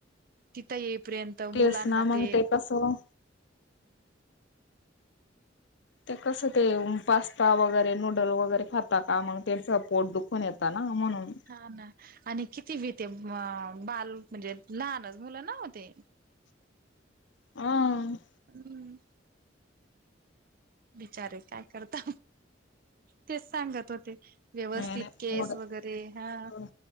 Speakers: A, on the right; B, on the left.
A: तिथं येईपर्यंत- त
B: तेच
A: मुलांना
B: ना मग
A: ते-
B: कसं ते कसं ते? पास्ता वगैरे नूडल वगैरे खाता का? मग त्यांचं पोट दुखून येत ना म्हणून.
A: हा ना, आणि किती बी ते बाल म्हणजे लहानच मुलं ना होते.
B: ह.
A: हम्म. बिचारे! काय करता? तेच सांगत होते. व्यवस्थित
B: नाही नाही
A: केस
B: थोडं
A: वगैरे- हा.
B: थोडं